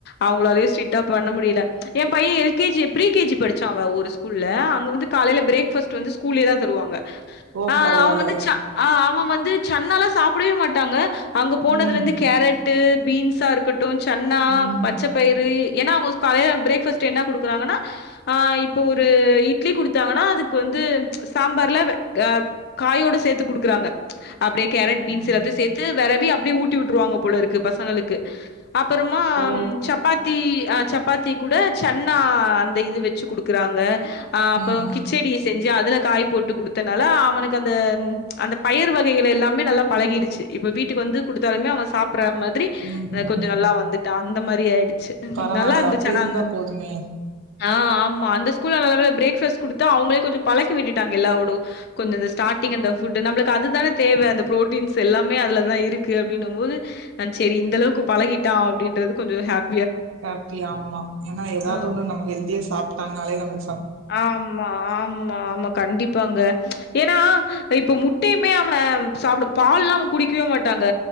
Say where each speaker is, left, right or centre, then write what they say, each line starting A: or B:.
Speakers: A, on the left; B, on the right.
A: அவங்களாலயு ஸ்ட்ரிக்ட்டா பண்ண முடியல எ பைய L K G pre K G படிச்சா அவ ஒரு ஸ்கூல்ல அங்க வந்து காலையில பிரேக்ஃபாஸ்ட் வந்து ஸ்கூல்லயே தா தருவாங்க
B: ஓ
A: ஆ
B: பரவால்ல
A: அவ வந்து ச்சா ஆ அவ வந்து சன்னால சாப்டவே மாட்டாங்க அங்க போனதுலருந்து
B: ம்
A: கேரட்டு பீன்ஸா இருக்கட் சன்னா
B: ம்
A: பச்ச பயிறு ஏனா அவங்க காலைய பிரேக் ஃபஸ்ட்டு என்ன குடுக்குறாங்கன்னா ஆ இப்போ ஒரு இட்லி குடுத்தாங்கன்னா அதுக்கு வந்து சாம்பார்ல வெ க காயோட சேத்து குடுக்றாங்க அப்டியே கேரட் பீன்ஸ்
B: ம்
A: எல்லாத்தையு சேத்து வெரவி அப்டியே ஊட்டி வுட்ருவாங்க போலருக்கு பசங்களுக்கு அப்புறமா
B: ஓ
A: சப்பாத்தி சப்பாத்தி கூட சன்னா அந்த இது வச் வச்சு குடுக்குறாங்க ஆ
B: ம்
A: அப்ரோ கிச்சடி செஞ்சு அதுல காய் போட்டு குடுத்தனால அவனுக்கு அந்த அந்த பயிர் வகைகள் எல்லாமே நல்லா பழகிடுச்சு இப்ப வீட்டுக்கு வந்து குடுத்தாலுமே அவ சாப்பிட்ற மாதிரி
B: ம் ம்
A: கொஞ்சோ
B: ம்
A: நல்லா வந்துட்டா அந்த மாரி ஆயிடுச்சு
B: பரவால்ல
A: நல்லாருந்துச்சு
B: அப்டி
A: ஆனா
B: இருந்தா
A: அந்த
B: போதுமே
A: ஆ ஆமா அந்த ஸ்கூல நல்ல வேல பிரேக்ஃபாஸ்ட் குடுத்து அவங்களே கொஞ்ச பழக்கி விட்டுட்டாங்க எல்லா ஒடு கொஞ்சோ இந்த ஸ்டார்டிங் அந்த ஃபுட் நம்ளுக்கு அதுதான தேவ அந்த ப்ரோட்டீன்ஸ் எல்லாமே அதுலதா இருக்கு அப்டின்னும் போது நா சேரி இந்த அளவுக்கு பழகிட்டா அப்டின்றது கொஞ்சோ ஹாப்
B: ஹாப்பி ஆமா ஏனா ஏதாவ்து
A: ஆ.
B: ஒன்னு நம்ம ஹெல்தியா சாப்ட்டாங்னாலே நம்ம
A: ஆமா ஆமா ஆமா கண்டிப் பாங்க ஏனா இப்ப முட்டையுமே அவ சாப்பிட பால்லா அவ குடிக்கவே மாட்டாங்க